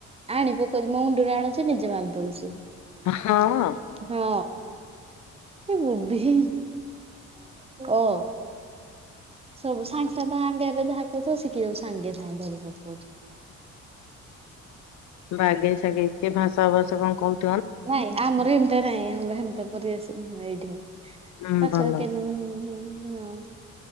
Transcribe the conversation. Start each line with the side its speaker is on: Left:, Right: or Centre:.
Right: ଆଣି ପକଉଛି ମୋ ମୁଣ୍ଡ ଆଣୁଛି ନିଜେ ମାରିଦଉଛି,
Left: ହଁ।
Right: ହଁ। କି ବୁଦ୍ଧି, ଓ। ସବୁ ସାଙ୍ଗ ସାଙ୍ଗ ତା ଆଗେ ଆଗେ ଯାହା କହୁଥିବ ଶିଖି ଯାଉ ସାଙ୍ଗେ ସାଙ୍ଗେ ଧରି ପକଉ
Left: ବାଗେଇ ସାଗେଇ କିଏ ଭାଷା ଭାଷା କଣ କହୁ
Right: ନାଇଁ ଆମର ସେମତିଆ ନାଇଁ ଆମର ସେମତିଆ ନାଇଁ ଏଇଠି।
Left: ହୁଁ
Right: ତାଛ
Left: ଭଲ
Right: କେ <unintelligible>